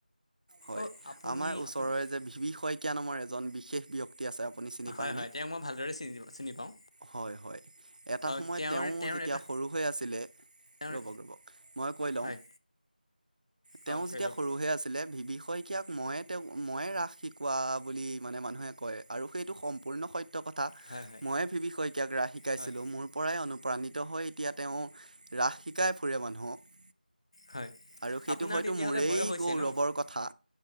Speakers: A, on the right; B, on the left.
A: হয়
B: অ' আপুনি
A: আমাৰ ওচৰৰে
B: আপুনি
A: যে ভিবি শইকীয়া নামৰ এজন বিশেষ ব্যক্তি আছে। আপুনি চিনি পায়নে
B: হয় হয় তেওঁক মই ভালদৰে চিন চিনি পাওঁ।
A: হয় হয় এটা
B: অ
A: সময়ত
B: তেওঁৰ
A: তেওঁ
B: তেওঁৰ
A: যেতিয়া
B: এটা
A: সৰু হৈ আছিলে
B: তেওঁৰ
A: ৰব মই কই লও।
B: হয়
A: তেওঁ
B: অ কৈ
A: যেতিয়া
B: লওক
A: সৰু হৈ আছিলে বিষয়কিয়াক ময়ে তেওঁ ময়ে ৰাস শিকোৱা বুলি মানে মানুহে কয় আৰু সেইটো সম্পূৰ্ণ সত্য কথা
B: হয় হয়
A: মইে ভিবি শইকীয়াক ৰাহ শিকাইছিলো
B: হয়
A: মোৰ পৰাই প্ৰাণিত হৈ এতিয়া তেওঁ ৰাস শিকাই ফুৰে মানুহক।
B: হয়
A: আৰু সেইটো
B: আপোনাৰ
A: হয়তো
B: তেতিয়াহ'লে
A: মোৰেই
B: বয়স হৈছে
A: গৌৰৱৰ
B: ন
A: কথা।